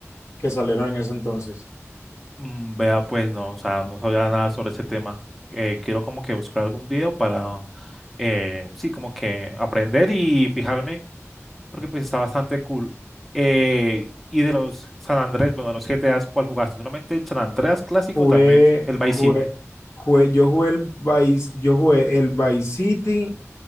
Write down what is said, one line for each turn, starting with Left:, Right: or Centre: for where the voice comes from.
Left: que salieron en ese entonces.
Centre: Mm, Vea, pues no, o sea, no sabía nada sobre ese tema. Eh, quiero como que buscar algún video para, eh, sí, como que aprender y fijarme porque pues está bastante cool. Eh, y de los San Andrés, bueno, de los GTAs, ¿cuál jugaste? Solamente el San Andrés clásico,
Left: Jugué,
Centre: también el
Left: jugué,
Centre: Vice City.
Left: jugué- yo jugué el Vice, yo jugué el Vice City